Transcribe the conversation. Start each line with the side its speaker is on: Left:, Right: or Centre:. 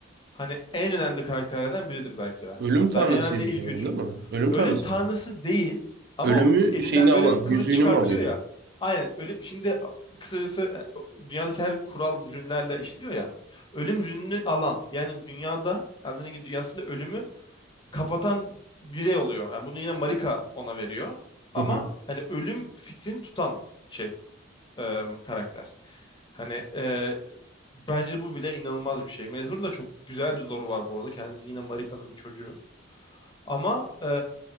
Left: hani en önemli karakterlerden biridir belki de.
Right: Ölüm
Left: Hatta
Right: tanrısıydı
Left: en önemli ilk
Right: sanırım
Left: üç.
Right: değil mi? Ölüm
Left: Ölüm
Right: tanrısı.
Left: tanrısı
Right: mı?
Left: değil ama
Right: Ölümü
Left: o elinden
Right: şeyini
Left: böyle
Right: alan,
Left: bir kılıç
Right: yüzüğünü
Left: çıkartıyor
Right: mü alıyordu?
Left: ya. Aynen ölüm. Şimdi kısacası e, dünyadaki her kural rünlerle işliyor ya. Ölüm rününü alan yani dünyada Elden Ring dünyasında ölümü kapatan birey oluyor. Yani bunu yine Marika ona veriyor. Ama
Right: Hı hı.
Left: hani ölüm fikrini tutan şey e, karakter. Hani e, bence bu bile inanılmaz bir şey. Mezmur'un da çok güzel bir lore'u var bu arada. Kendisi yine Marika'nın bir çocuğu. Ama e,